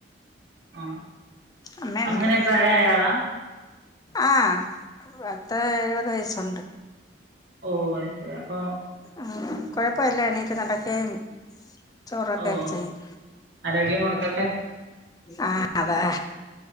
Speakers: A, on the right; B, on the left.
A: ആഹ്
B: അമ്മേ
A: അമ്മ
B: ണ്ട്.
A: എങ്ങനെ പ്രായായ ആളാ
B: ആഹ് പത്ത് എഴുപത് വയസ്സുണ്ട്.
A: ഓഹ് അഹ് ശരി. അപ്പം
B: ആഹ് കൊഴപ്പ ഇല്ല എണീറ്റ് നടക്കയും ചോറു ഒക്കെയായ്ട്ട്
A: ഓഹ് ഓഹ്
B: ചെയ്യും
A: ആരോഗ്യം കൊടുക്കട്ടെ
B: ആഹ് ആഹ് അതാ.